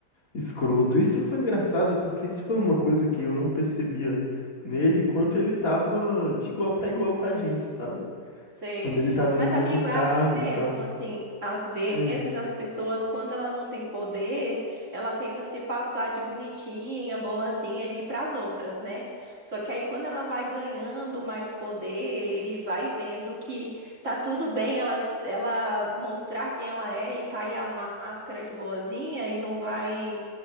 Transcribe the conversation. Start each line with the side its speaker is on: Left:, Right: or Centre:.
Left: escroto. Isso foi engraçado porque isso foi uma coisa que eu não percebia nele enquanto ele tava de igual pra igual com a gente, sabe?
Right: Sei.
Left: Quando ele tava
Right: Mas,
Left: no mesmo
Right: amigo,
Left: cargo
Right: é assim mesmo.
Left: e tal.
Right: Assim, às vezes
Left: Hum,
Right: as pessoas, quando elas não têm poder, ela tenta se passar de bonitinha, boazinha ali para as outras, né? Só que aí, quando ela vai ganhando mais poder e vai vendo que tá tudo bem ela, s- ela mostrar quem ela é e cair a máscara de boazinha e não vai